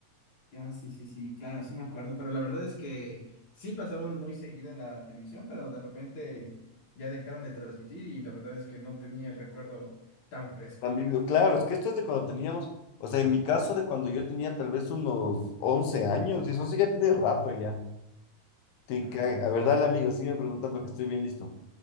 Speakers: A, on the left (about 45°); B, on the left (about 85°).
A: Ya, sí, sí, sí, claro, sí me acuerdo, pero la verdad es que sí pasaban muy seguido en la televisión, pero de repente ya dejaron de transmitir y la verdad es que no tenía el recuerdo tan fresco.
B: Han vivido, claro, es que esto es de cuando teníamos, o sea, en mi caso de cuando yo tenía tal vez unos 11 años y eso sí que tiene rato ya. Te
A: Claro.
B: cae. A ver, dale amigo, sígueme preguntando que estoy bien listo.